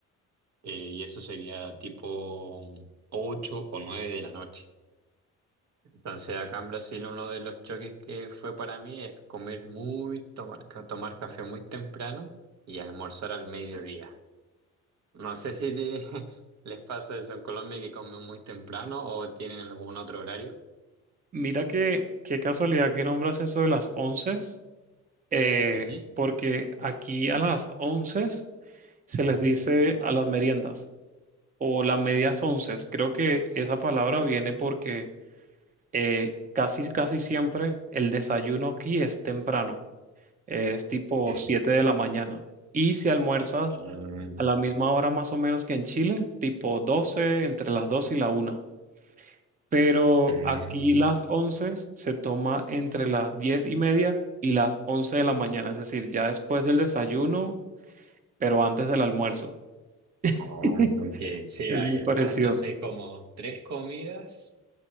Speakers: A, on the right (about 60°); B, on the right (about 25°).
A: Eh, y eso sería tipo 8 o 9 de la noche. Entonces, acá en Brasil uno de los choques que fue para mí es comer muy, tomar, ca- tomar café muy temprano y almorzar al mediodía. No sé si te- <laughs> les pasa eso en Colombia que comen muy temprano o tienen algún otro horario.
B: Mira que, qué casualidad que nombras eso de las once. eh,
A: Ujú.
B: porque aquí a las 11 se les dice a las meriendas o las medias 11. Creo que esa palabra viene porque eh, casi, casi siempre el desayuno aquí es temprano, es tipo
A: Sí.
B: 7 de la mañana y se almuerza
A: Mm,
B: a la misma hora más o menos que en Chile, tipo 12 entre las 2 y la una. Pero
A: mm,
B: aquí las 11 se toma entre las 10 y media y las 11 de la mañana, es decir, ya después del desayuno pero antes del almuerzo.
A: ah,
B: <laughs>
A: ok, sí,
B: Es
A: hay,
B: muy parecido.
A: ah, entonces hay como tres comidas,